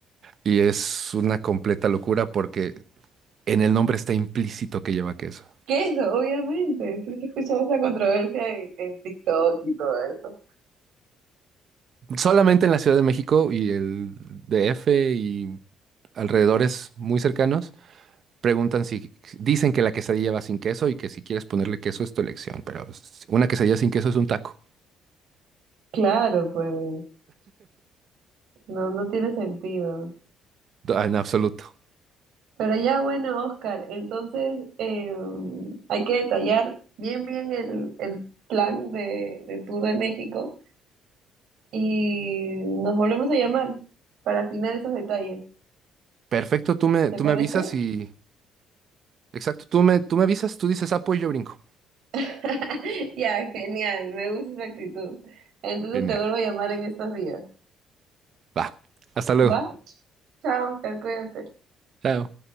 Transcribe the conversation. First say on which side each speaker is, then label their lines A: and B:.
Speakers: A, on the right; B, on the right.
A: Y es una completa locura porque En el nombre está implícito que lleva queso.
B: Queso, obviamente. Sí, se escuchaba esa controversia en, en TikTok y todo eso.
A: Solamente en la Ciudad de México y el DF y alrededores muy cercanos preguntan si dicen que la quesadilla va sin queso y que si quieres ponerle queso es tu elección, pero s- una quesadilla sin queso es un taco,
B: Claro, pues, no, no tiene sentido.
A: do- en absoluto.
B: Pero ya bueno, Oscar, entonces eh, hay que detallar bien bien el, el plan de, de Tour de México y nos volvemos a llamar para afinar esos detalles,
A: Perfecto, tú me,
B: ¿te
A: tú
B: parece?
A: me avisas y... Exacto, tú me, tú me avisas, tú dices apoyo y yo brinco.
B: <laughs> Ya, genial, me gusta esa actitud. Entonces
A: Genial.
B: te vuelvo a llamar en estos días,
A: Va. Hasta luego.
B: ¿va? Chao, Oscar, cuídate.
A: Chao.